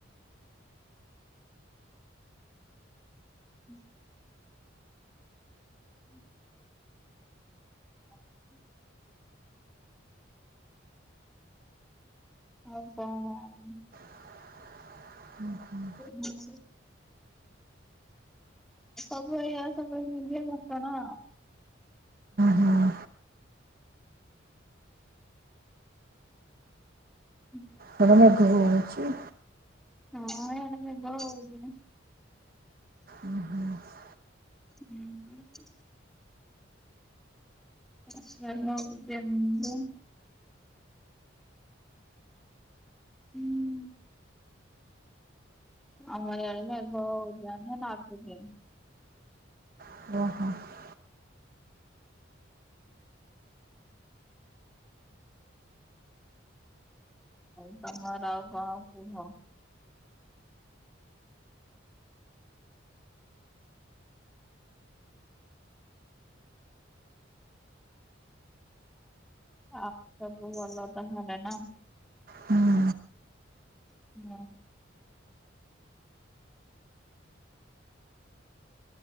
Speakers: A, in the centre; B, on the right.
A: <inaudible> ହୁଁ। <inaudible> ଆଉ କଅଣ ହୁଁ।
B: <inaudible>
A: <unintelligible> ସବୁ ଏଇଆ ସବୁ ନିଜେ ଘଟଣା।
B: ହୁଁ ହୁଁ
A: <inaudible>
B: ଥନନା ପୁଅ ହୋଉଚି।
A: ହଁ ଆଡ଼େ ବୁଦ ହୋଉଛିନି।
B: ଉଁ ହୁଁ।
A: ହୁଁ। <unintelligible> ହୁଁ। ଆମର ରଜ ଜାଣିନୁନା ଆଦି ଟାଇମ୍।
B: <inaudible>
A: ଆଉ ତମର ଆଉ କଣ କୁହ? ଆଉ ସବୁ ଭଲ ତ ତାହେଲେ ନା।
B: ହୁଁ
A: ମୁଁ